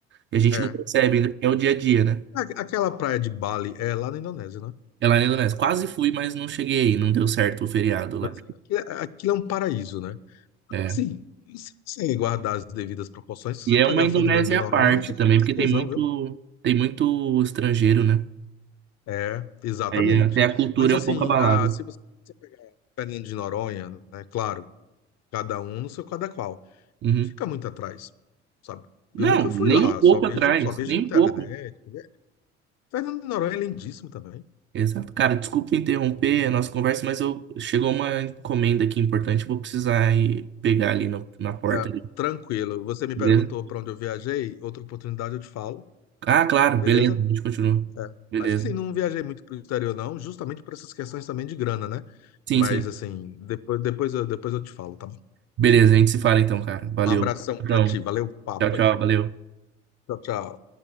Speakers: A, on the right; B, on the left.
A: E a gente
B: é.
A: não percebe, ainda porque é o dia a dia, né?
B: A- Aquela praia de Bali é lá na Indonésia, né?
A: É lá na Indonésia. Quase fui, mas não cheguei aí. Não deu certo o feriado lá.
B: Pois é. Aquilo é aquilo é um paraíso, né?
A: É.
B: Sim, se você guardar as devidas proporções, se
A: E
B: você
A: é
B: pegar
A: uma Indonésia
B: Fernando de Noronha,
A: à parte
B: não fica
A: também,
B: muito
A: porque
B: atrás,
A: tem muito,
B: não, viu?
A: tem muito estrangeiro, né?
B: É, exatamente.
A: Aí até a cultura
B: Mas assim,
A: é um pouco abalada.
B: ah, se você pegar Fernando de Noronha, né? Claro, cada um no seu cada qual,
A: Uhum.
B: fica muito atrás, sabe?
A: Não,
B: Eu nunca
A: nem
B: fui lá,
A: um pouco
B: só vejo,
A: atrás,
B: só vejo
A: nem
B: internet.
A: um pouco.
B: né? Fernando de Noronha é lindíssimo também.
A: Exato. Cara, desculpa interromper a nossa conversa, mas eu chegou uma encomenda aqui importante, vou precisar ir pegar ali no- na porta
B: Ah,
A: ali.
B: tranquilo. Você me
A: Beleza?
B: perguntou para onde eu viajei, outra oportunidade eu te falo,
A: Ah, claro,
B: beleza?
A: beleza. A gente continua.
B: É.
A: Beleza.
B: Mas assim, não viajei muito para o exterior, não, justamente por essas questões também de grana, né?
A: Sim,
B: Mas
A: sim.
B: assim, depois, depois, eu, depois eu te falo, tá? bom?
A: Beleza, a gente se fala então, cara. Valeu.
B: Um abração
A: Então,
B: para ti, valeu o papo
A: tchau, tchau,
B: aí.
A: valeu.
B: Tchau, tchau.